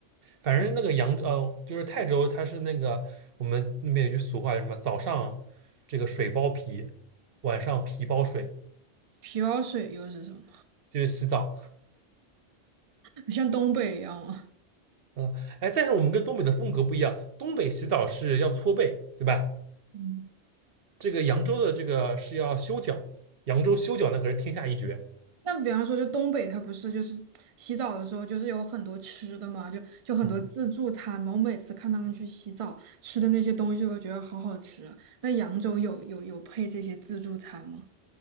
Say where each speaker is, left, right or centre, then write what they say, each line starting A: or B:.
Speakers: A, on the right (about 60°); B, on the right (about 40°).
A: 反正那个扬呃，就是泰州，它是那个我们那边有句俗话，叫什么？早上这个水包皮，晚上皮包水，
B: 皮包水又是什么？
A: 就是洗澡。
B: <laughs> 像东北一样吗？
A: 嗯，哎，但是我们跟东北的风格不一样，东北洗澡是要搓背，对吧？
B: 嗯。
A: 这个扬州的这个是要修脚，扬州修脚那可是天下一绝。
B: 那比方说，就东北，它不是就是洗澡的时候，就是有很多吃的嘛，就就很多自助餐嘛。
A: 嗯
B: 我每次看他们去洗澡吃的那些东西，我觉得好好吃啊。那扬州有有有配这些自助餐吗？